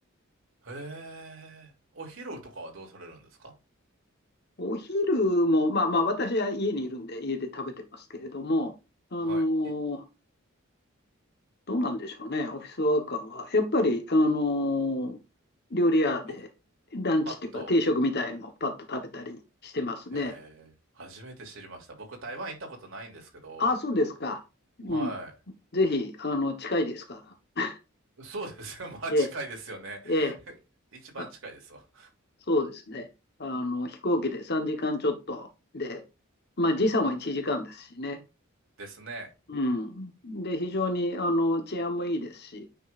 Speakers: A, on the right (about 65°); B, on the left (about 50°).
A: へえ。お昼とかはどうされるんですか
B: お昼も、まあまあ、私は家にいるんで、家で食べてますけれども、あの
A: はい。え、
B: どうなんでしょうね、オフィスワーカーは。やっぱり、あのー料理屋でランチっていうか定食みたいのをパッと食べたりしてますね。
A: 僕、パッと、へえー、初めて知りました。僕、台湾行ったことないんですけど、
B: ああ、そうですか。うん。
A: は
B: ぜひ、あの、近いですから。
A: い。そうですね。<laughs> まあ、
B: ええ、
A: 近いですよね。
B: ええ。
A: <laughs> 一番近いですわ。
B: あ、そうですね。あの、飛行機で3時間ちょっとで、まあ、時差も1時間ですしね。
A: <laughs> ですね。
B: うん。で、非常に、あの、治安もいいですし、